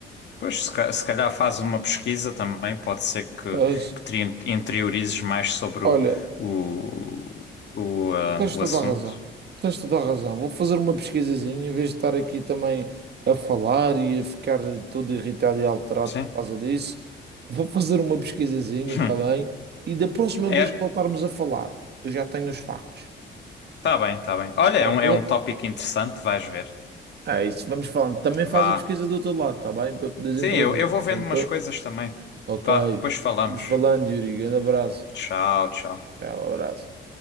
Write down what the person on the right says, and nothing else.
É isso.
Olha,
Tens
toda
a razão. Tens toda a razão. Vou fazer uma pesquisazinha em vez de estar aqui também a falar e a ficar todo irritado e alterado
por causa disso. Vou fazer uma pesquisazinha,
está bem? E da próxima
vez que voltarmos a falar, eu já tenho os factos.
Tranquilo?
É isso, vamos falando. Também
faz a pesquisa do teu lado, está bem? Para poderes
intervir.
Tranquilo?
Ok.
Vamos falando, Yuri. Grande abraço.
Tchau, abraço.